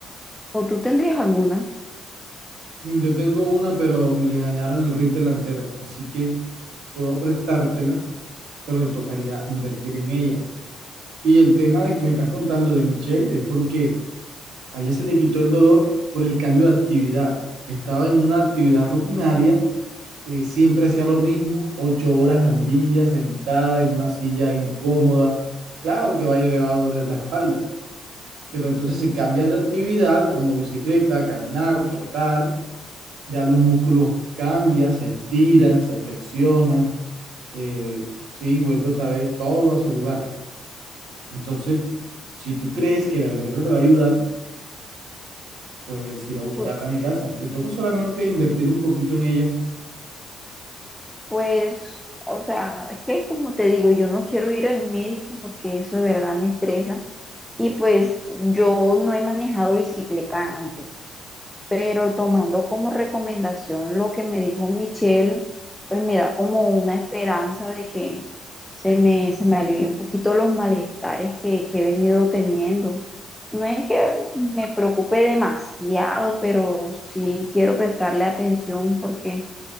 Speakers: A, in the centre; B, on the right (about 75°).
A: ¿O tú tendrías alguna?
B: Mm, Yo tengo una, pero me le dañaron el ring delantero, así que puedo prestártela, pero te tocaría invertir en ella. Y el tema de que me estás contando de Michelle es porque a ella se le quitó el dolor por el cambio de actividad. Estaba en una actividad rutinaria, eh, siempre hacía lo mismo, ocho horas al día, sentada en una silla incómoda. Claro que vaya elevado de la espalda, pero entonces si cambias de actividad como bicicleta, caminar, trotar, ya los músculos cambian, se estiran, se flexionan, eh, sí, vuelve otra vez todo a su lugar. Entonces, si tú crees que la bicicleta te va a ayudar, puedes ir a buscarla
A: Pues,
B: a mi casa. Te toca solamente invertir un poquito en ella.
A: pues, o sea, es que como te digo, yo no quiero ir al médico porque eso de verdad me estresa. Y pues yo no he manejado bicicleta antes. pero tomando como recomendación lo que me dijo Michelle, pues me da como una esperanza de que se me, se me alivie un poquito los malestares que, que he venido teniendo. No es que me preocupe demasiado, pero sí quiero prestarle atención porque